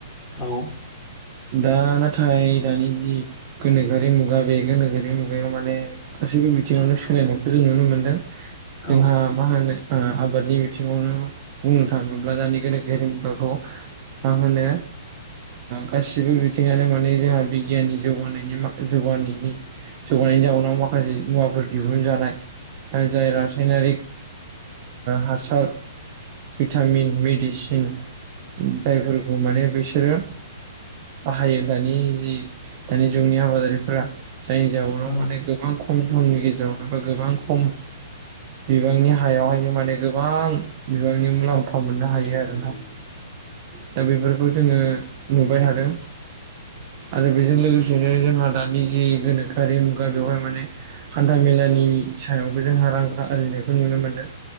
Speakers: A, in the centre; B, on the right.
A: औ
B: दा नाथाय दानि जि गोनोखोआरि मुगा बे गोनोखोोरि मुगायाव माने गासैबो बे बिथिङावनो सोलायनायखौ जों नुनो मोन्दों। जोंहा
A: औ नंगौ नोंथां नंगौ।
B: मा होनो आबादनि बिथिङावनो बुंनो थाङोब्ला दानि गोनोखो गेरेमबाखौ मा होनो गासिबो बिथिङानो माने जोंहा बिगियाननि जौगानायनि मा जौगानायनि जौगानायनि जाउनाव माखासे मुवाफोर दिहुनजानाय जाय रासायनारिक हासार भिटामिन मेडिसिन जायफोरखौ माने बिसोरो बाहायो दानि जि दानि जुगनि आबादारिफोरा जायनि जाउनाव
A: उम उम
B: माने गोबां खम समनि गेजेरावनो बा गोबां खम बिबांनि हायावहायनो माने गोबां बिबांनि मुलाम्फा
A: उम
B: मोननो हायो आरोना दा बेफोरखौ जोङो नुबाय थादों। आरो बेजों लोगोसेनो जोंहा दानि जि गोनोखोआरि मुगा बेवहाय माने हान्था मेला गोदोनि सायावबो जोंहा रां आरजिनायखौ नुनो मोनदों